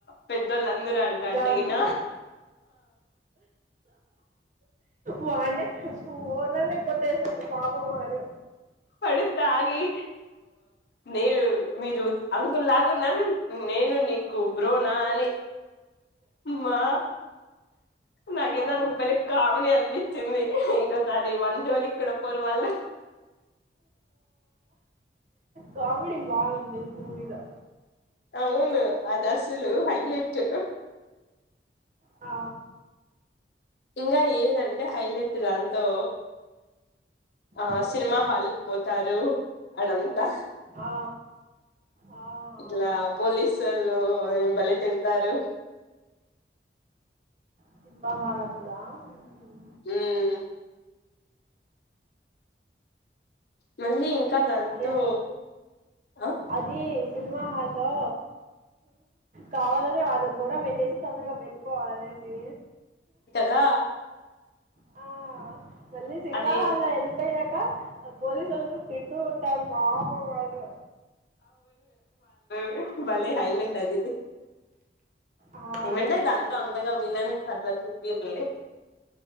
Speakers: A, on the left (about 65°); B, on the right (about 45°).
A: పెద్దోళ్ అందరు అంటంటే
B: కాదు
A: గిన
B: వానేే ఓన్ననే కొట్టేశాడు పాపం వాడు
A: వాడు తాగి నే మీరు అంకుల్ <unintelligible> నేను నీకు బ్రోనా అని మా నాకేదో
B: అవును
A: అది కామెడి అనిపించింది ఇంకోసారి మన జోలికి కూడా పోరు వాళ్ల్ల
B: కామెడి బాగుంది మూవీలో
A: అవును అది అసలు హైలెట్
B: ఆ
A: ఇంకా ఏద అంటే హైలైట్ దాంతో ఆ
B: హ్మ్
A: సినిమా హలిక్ పోతారు ఆడఅంతా
B: ఆ ఆ
A: ఇట్లా
B: అవును
A: పోలీసు వాళ్ళు బలే తీడ్తారు
B: స్మింబా హల్ అప్పుడా మ్
A: మ్మ్ మళ్ళీ ఇంకా దాంతో
B: అదే
A: ఆ
B: అది సినిమా హల్లో కావాల అనే వాళ్ళని గోడవపెట్టేసి తొందరగా పెళ్ళిపోవాల అనేసి
A: కదా
B: ఆ! మళ్ళీ సినిమా
A: అది
B: హాల్లో వెళ్ళిపోయినాక పోలీసు వొళ్ళులను తిట్టుకు ఉంటాఆరు పాపం వాళ్ళు
A: మ్ బలే హైలైట్ అది
B: ఆ!
A: ఏమ అంటే దాంతో అంతగా విలన్ సర్ చూపి యట్లే